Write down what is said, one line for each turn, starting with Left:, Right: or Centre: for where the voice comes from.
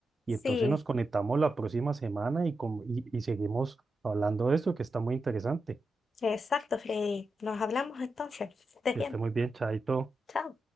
Left: sí.
Right: Y entonces nos conectamos la próxima semana y, con- y, y seguimos hablando de esto, que está muy interesante.
Left: Exacto, Freddy. Nos hablamos entonces. Que Estés
Right: Que
Left: bien.
Right: esté muy bien, Chaito.
Left: Chao.